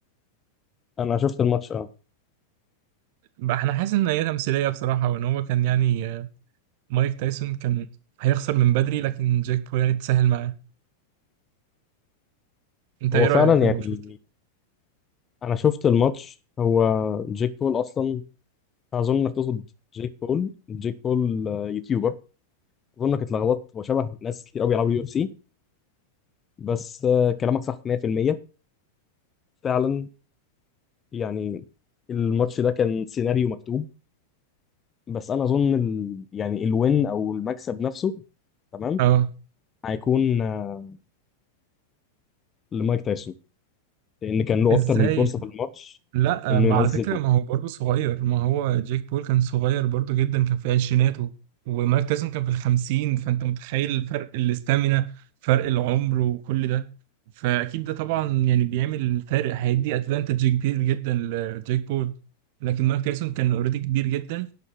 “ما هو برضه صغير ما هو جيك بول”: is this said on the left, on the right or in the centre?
Right